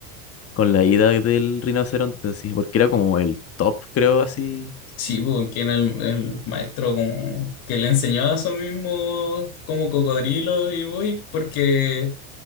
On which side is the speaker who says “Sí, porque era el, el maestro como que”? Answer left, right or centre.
Left